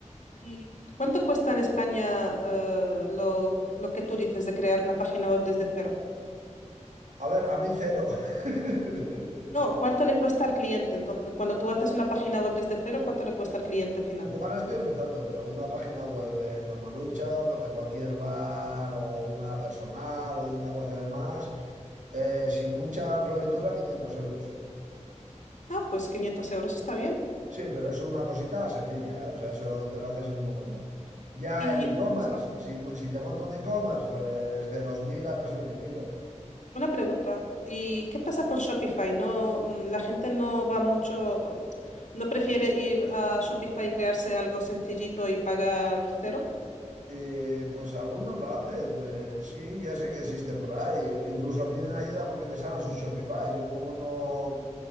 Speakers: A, on the left; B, on the right.
A: ¿Y cuánto cuesta en España eh, lo, lo que tú dices de crear una página web desde cero?
B: A ver, a mí cero. <laughs>
A: No, ¿cuánto le cuesta al cliente? Entonces, cuando tú haces una página web desde cero, ¿cuánto le cuesta al cliente final?
B: Yo ahora estoy empezando, pero una página web eh, normalucha, pues de cualquier bar o una personal o de un negocio de más, eh, sin mucha floritura, 500 euros.
A: Ah, pues quinientos euros, está bien.
B: Sí, pero es una cosita sencilla, ¿eh? O sea, eso te lo haces en un momento. Ya
A: Y
B: el
A: una
B: e-commerce,
A: cosa,
B: si, mo- si te monto un e-commerce, pues de 2.000 a 3.000 y pico.
A: una pregunta, ¿y qué pasa con Shopify? No, mm, la gente no va mucho, no prefiere ir a Shopify y crearse algo sencillito y pagar cero.
B: Y, pues algunos lo hacen, eh, sí, ya sé que existe por ahí. Incluso piden ayuda para que les hagan su Shopify. Yo como no,